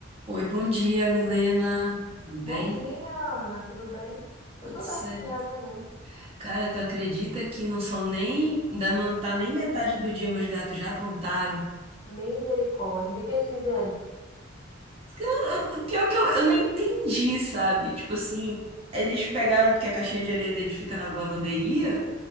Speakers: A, on the right; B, on the left.
A: Oi, bom dia, Milena. Tudo bem?
B: Bom dia, Ana, tudo bem?
A: Tudo
B: Eu tô
A: certo.
B: bem, sim, graças a Deus.
A: Cara, tu acredita que não são nem. Ainda não tá nem metade do dia, meus gatos já aprontaram.
B: Misericórdia, o que que eles fizeram?
A: Eu- eu- Pior que eu, eu nem entendi, sabe? Tipo assim, eles pegaram, porque a caixinha de areia deles fica na lavanderia,